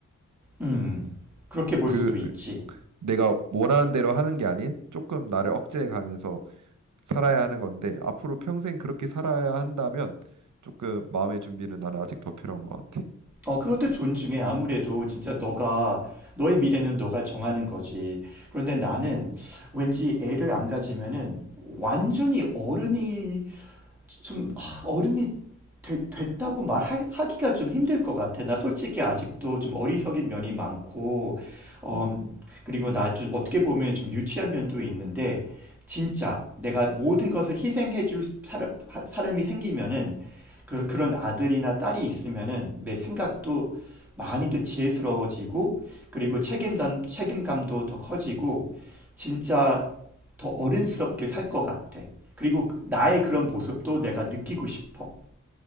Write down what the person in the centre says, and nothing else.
음, 그렇게 볼
수도 있지.
어, 그것도 존중해. 아무래도 진짜 너가, 너의 미래는 너가 정하는 거지. 그런데 나는 왠지 애를 안 가지면은 완전히 어른이 좀 아, 어른이 되- 됐다고 말하기가 좀 힘들 것 같아. 나 솔직히 아직도 좀 어리석인 면이 많고, 어,
그리고 나 좀 어떻게 보면 좀 유치한 면도 있는데, 진짜 내가 모든 것을 희생해 줄 사람, 하- 사람이 생기면은, 그, 그런 아들이나 딸이 있으면은 내 생각도 많이 더 지혜스러워지고, 그리고 책임감, 책임감도 더 커지고, 진짜 더 어른스럽게 살 것 같아. 그리고 그- 나의 그런 모습도 내가 느끼고 싶어.